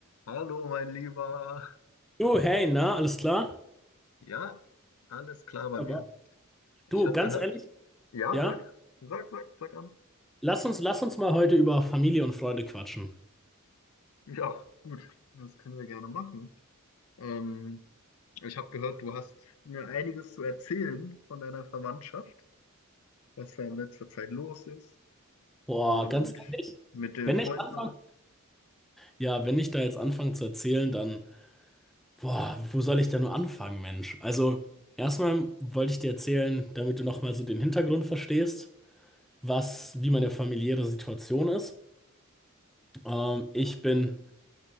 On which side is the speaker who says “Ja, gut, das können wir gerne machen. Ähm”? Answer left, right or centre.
Left